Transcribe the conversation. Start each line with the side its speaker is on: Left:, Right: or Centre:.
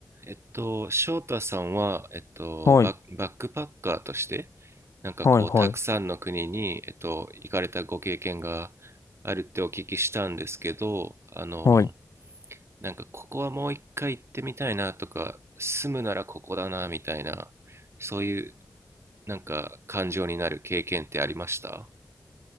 Right: えっと、翔太さんは、えっと、
Left: はい、
Right: バッ、バックパッカーとして、なんかこう、
Left: はい、はい、
Right: たくさんの国に、えっと、行かれたご経験があるってお聞きしたんですけど、あの、
Left: はい。
Right: なんかここはもう一回行ってみたいなとか、住むならここだなみたいな、そういうなんか感情になる経験ってありました